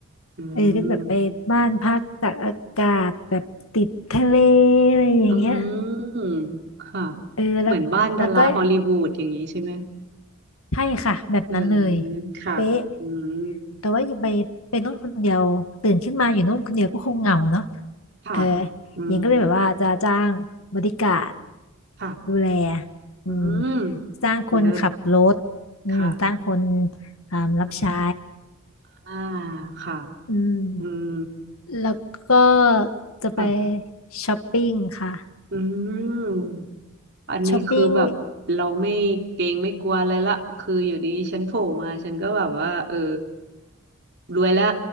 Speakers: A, on the right; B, on the left.
A: อืม
B: เออก็แบบไปบ้านพักตากอากาศแบบติดทะเลอะไรอย่างเงี้ย
A: อืมค่ะ
B: เออแล้วแล้วก็
A: เหมือนบ้านดาราฮอลลีวูดอย่างนี้ใช่ไหม
B: ใช่ค่ะแบบนั้นเลย
A: เออค่ะอืม
B: เป๊ะแต่ว่าอยู่ไปไปนู่นคนเดียวตื่นขึ้นมาอยู่นู่นคนเดียวก็คงเหงาเนาะ
A: ค่ะ
B: เออ
A: อืม
B: หญิงก็เลยแบบว่าจะจ้างบริการด
A: ค่ะ
B: ดูแลอืม
A: อืม
B: จ้างคนขับรถอืมจ้างคน
A: เลิศค่ะ
B: อ่ารับใช้
A: อ่าค่ะ
B: อืม
A: อืม
B: แล้วก็จะไป
A: ค่ะ
B: ช้อปปิ้งค่ะ
A: อืมอันนี้คือแบบเราไม่เกรงไม่กลัวอะไรละคืออยู่ดีๆฉันโผล่มาฉันก็แบบว่าเออ
B: ช้อปปิ้ง
A: รวยแล้ว